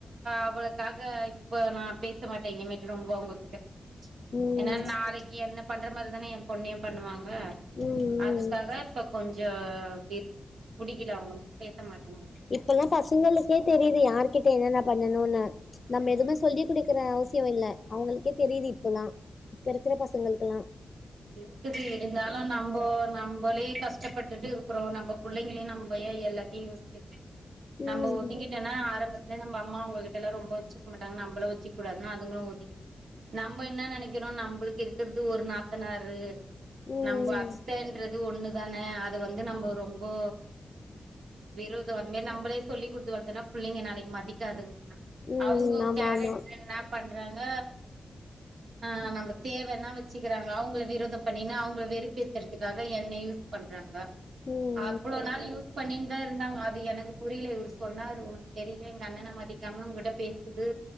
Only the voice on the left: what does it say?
ம்
ம்
ம்
இப்பெல்லா பசங்களுக்கு தெரியுது யாருகிட்ட என்னென்ன பண்ணணுன்னு
நம்ம எதுமே சொல்லி குடுக்கற அவசிய இல்ல அவங்களுக்கே தெரியுது இப்பல்லா இப்ப இருக்குற பசங்களுக்குல்லா
ம்
ம்
ம்
ஆமா
ஆமா
ம்